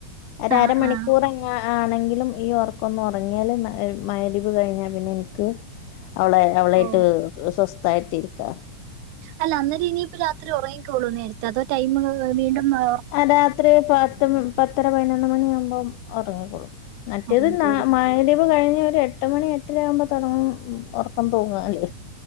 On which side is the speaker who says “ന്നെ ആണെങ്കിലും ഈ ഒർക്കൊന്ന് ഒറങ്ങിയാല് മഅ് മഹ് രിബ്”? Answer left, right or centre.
Left